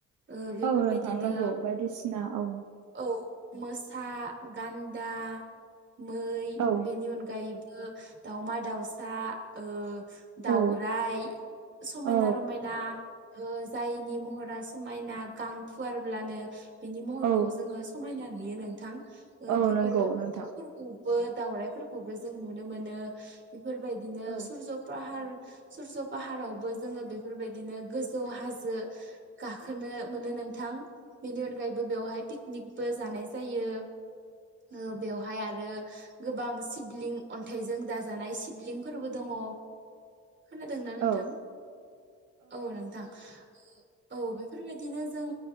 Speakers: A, on the right (about 40°); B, on the right (about 80°).
A: ओ बेफोरबायदि
B: औ नोंथां
A: नो
B: नंगौ बायदिसिना औ
A: औ। मोसा गान्दा मै
B: औ
A: बेनि अनगायैबो दाउमा दाउसा ओ
B: औ
A: दाउरायाइ समायना
B: औ
A: रमायना। ओ जायनि महरा समायना गां फुवारब्लानो बिनि महरखौ
B: औ
A: जोङो समायना नुयो नोंथां ओ
B: औ
A: बेफोरो
B: नंगौ नोंथां
A: बो दावराइफोरखौबो जों नुनो मोनो बेफोरबायदिनो
B: औ
A: सुरज' पाहार सरस' पाहारावबो जोङो बेफोरबायदिनो गोजौ हाजो गाखोनो मोनो नों थां बेनि अनगायैबो बेवहाय पिकनिकबो जानाय जायो। ओ बेवहाय आरो। गोबां सिबलिं अन्थाइजों दाजानाय सिबलिंफोरबो दङ। खोनादोंना नोंथां?
B: औ
A: औ नोंथां। औ बेफोरबायदिनो जों